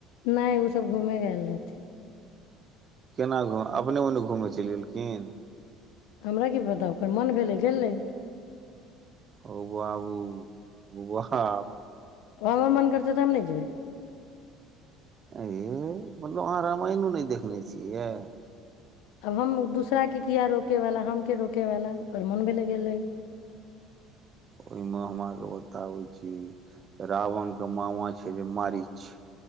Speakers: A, on the left; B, on the right.
A: नहि ओसभ घूमे गेलल रहथिन
B: केना घुम अपने ओन्न घूमय चलि गेलखिन
A: हमरा की पता ओकर मोन भेलै गेलै
B: ओ बाबू होउ बाप
A: ओ हमर मन करतै तब नहि जइबै
B: ऐय मतलब अहाँ रामायणो नहि देखने छियै
A: आब हम दूसराके किए रोकयवला हमके रोकयवला ओकर मोन भेल गेलै
B: ओहिमे हमराके बताबै छी रावणके मामा छलै माररीच